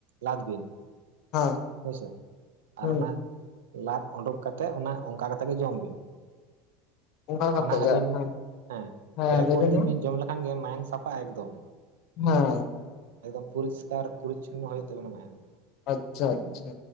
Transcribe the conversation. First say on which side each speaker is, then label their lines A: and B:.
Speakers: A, on the right; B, on the left.
A: ᱞᱟᱫ ᱵᱤᱱ
B: ᱦᱮᱸ
A: ᱦᱳᱭ ᱥᱮ
B: ᱦᱩᱸ
A: ᱟᱨ ᱚᱱᱟ ᱞᱟᱫ ᱩᱰᱩᱠ ᱠᱟᱛᱮᱫ ᱚᱱᱟ ᱚᱱᱠᱟ ᱠᱟᱛᱮ ᱜᱮ ᱡᱚᱢ ᱵᱤᱱ
B: ᱚᱱᱠᱟ ᱠᱟᱛᱮ
A: ᱚᱱᱟ
B: ᱜᱮ
A: ᱟᱹᱵᱤᱱ
B: ᱦᱮᱸ
A: ᱦᱮᱸ
B: ᱦᱮᱸ
A: ᱯᱮ
B: ᱞᱟᱹᱭ
A: ᱯᱩᱱ
B: ᱵᱮᱱ
A: ᱫᱤᱱ ᱵᱤᱱ ᱡᱚᱢ ᱞᱮᱠᱷᱟᱱ ᱜᱮ ᱢᱟᱭᱟᱝ ᱥᱟᱯᱷᱟᱜᱼᱟ ᱮᱠᱫᱚᱢ
B: ᱦᱩᱸ
A: ᱮᱠᱫᱚᱢ ᱯᱚᱨᱤᱥᱠᱟᱨ ᱯᱚᱨᱤᱪᱷᱚᱱᱚ ᱦᱩᱭᱩᱜ ᱛᱟᱵᱮᱱᱟ ᱢᱟᱭᱟᱢ
B: ᱟᱪᱪᱷᱟ ᱟᱪᱪᱷᱟ